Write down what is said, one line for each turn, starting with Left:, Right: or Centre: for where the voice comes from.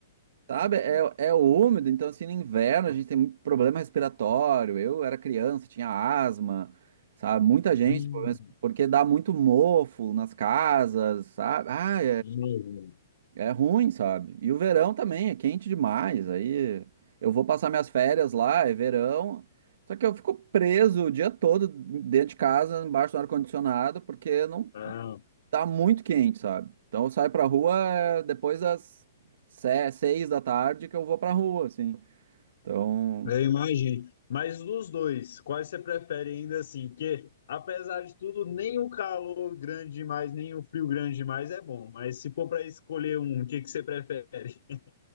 Right: sabe, é, é úmido, então, assim, no inverno a gente tem muito problema respiratório, eu era criança, tinha asma, sabe, muita gente,
Left: Hum,
Right: tem problemas- porque dá muito mofo nas casas, sabe, ah,
Left: hum.
Right: é ruim, sabe? E o verão também é quente demais. Aí eu vou passar minhas férias lá, é verão. Só que eu fico preso o dia todo dentro de casa, embaixo do ar-condicionado, porque não
Left: Ah,
Right: tá muito quente, sabe? Então eu saio pra rua é, depois das se- seis da tarde que eu vou pra rua, assim. Então,
Left: Eu imagino. Mas dos dois, quais você prefere ainda assim? Porque, apesar de tudo, nem o calor grande demais, nem o frio grande demais é bom. Mas se for para escolher um, o que que você prefere? <laughs>